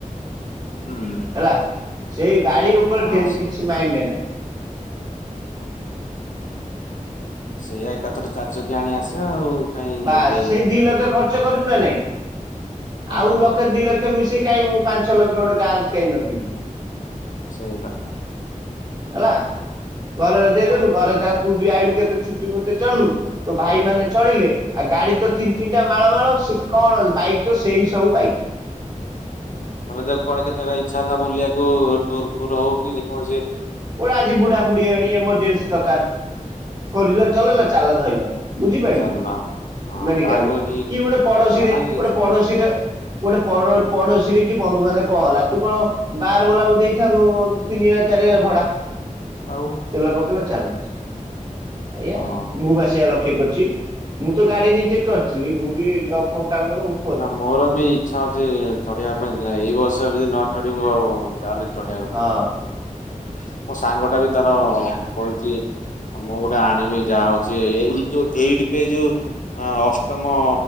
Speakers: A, on the left; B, on the right.
A: ହୁଁ।
B: ହେଲା ସେଇ ଗାଡି ଉପରେ
A: ହଁ
B: ଟେ
A: ସେ
B: କିଛି ମାଇଣ୍ଡ ନେଏନା।
A: ସେଇଆ ଏକାଥରେ ଚାରିଚକିଆ ଆଣି ଆସିବା ଆଉ। କାଇଁ
B: ବାସ୍
A: ରେ
B: ସେଇ ଦି ଲକ୍ଷ ଖର୍ଚ୍ଚ କରିବୁ ନା ନାଇଁ
A: ହଁ
B: ଆଉ ଲକ୍ଷ, ଦି ଲକ୍ଷ ମିଶି କାହିଁ ମୁଁ ପାଞ୍ଚ ଲକ୍ଷ ଗୋଟେ କାର୍ କାଇଁ ନ କିଣିମ
A: ସେଇକଥା।
B: ହେଲା ଘରରେ ଦେଇଦେଲୁ
A: ହଁ।
B: ଘରେ ତା ତୁ ବି ଆଇଲୁ କେତେ ଛୁଟି ମୁଟି ଚଢିଲୁ ତୋ ଭାଇ ମାନେ ଚଢ଼ିଲେ। ଆଉ ଗାଡ଼ି ତ ତିନି ତିନିଟା ମାଳ ମାଳ ସେ କଣ ବାଇକ୍ ତ ସେଇ ସବୁ ବାଇକ୍।
A: ଧରା ଯାଉ ପରେ କେତେବେଳେ ଇଚ୍ଛା ହେଲା ବୁଲିବା ଟୁର୍ ଫୁର୍ ହଉିକି ଯେ କୌଣସି
B: କୁଆଳେ ଆଜି ବୁଡ଼ା ବୁଡ଼ି ହେଲଣି ଏମରଜେନ୍ସି ଦରକାର। ଫୋର୍ ହୁଈଲର ଚଲେଇଲ ଚାଲ ଧଇଲ। ବୁଝିପାଇଲୁ
A: ଚାଲ ହଁ
B: ମେଡିକାଲେ
A: କାହାକୁ ଏଠି
B: କି ଗୋଟେ ପଡ଼ୋଶୀରେ
A: ଡାକିବା ନାଇଁ
B: ଗୋଟେ
A: କି
B: ପଡ଼ୋଶୀରେ ଗୋଟେ ପଡ଼ୋ
A: ହଁ
B: ପଡ଼ୋଶୀରେ କି ବନ୍ଧୁ ବାନ୍ଧବ କଣ ହେଲା ତୁ କଣ ବା ଗଲା ବେଳକୁ ଦେଇଥାନ୍ତୁ ତିନି ହଜାର ଚାରି ହଜାର ଭଡ଼ା।
A: ଆଉ
B: ତେଲ ପକେଇଲ ଚାଲିଲ ଏଇଆ
A: ହଁ।
B: ମୁଁ ବା ସେଇଆ ଲ ଠିକ୍ ଅଛି ମୁଁ ତ ଗାଡ଼ି ନିଜେ କରିଥିଲି ମୁଁ ବି ଜଵ୍ ଫବ୍ <unintelligible>
A: ନା ମୋର ବି ଇଛା ଅଛି ଚଢ଼ିବା ପାଇଁକା ଏଇ ବୟସରେ ଯଦି ନ ଚଢ଼ିବୁ ଆଉ ଜା ହେଲେ ଚଢ଼ି ବାକୁ
B: ହଁ
A: ପଡ଼ିବ ମୋ ସାଙ୍ଗ ଟା ବି ତାର କହିଚି ମୁଁ ଗୋଟେ ଆଣିବି ଯାହା ହଉଛି ଏଇ ଯୋଉ ଏଇଟିପେ ଯୋଉ ଆ ଅଷ୍ଟମ